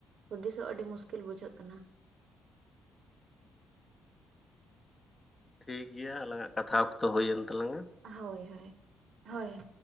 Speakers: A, on the right; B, on the left.
A: ᱦᱩᱫᱤᱥᱚᱜ ᱟᱹᱰᱤ ᱢᱩᱥᱠᱤᱞ ᱵᱩᱡᱷᱟᱹᱜ ᱠᱟᱱᱟ᱾
B: ᱴᱷᱤᱠ ᱜᱮᱭᱟ ᱟᱞᱟᱝ ᱟᱜ ᱠᱟᱛᱷᱟ ᱚᱠᱛᱚ ᱦᱩᱭᱮᱱ ᱛᱟᱞᱟᱝᱼᱟ᱾
A: ᱦᱳᱭ ᱦᱳᱭ ᱦᱳᱭ᱾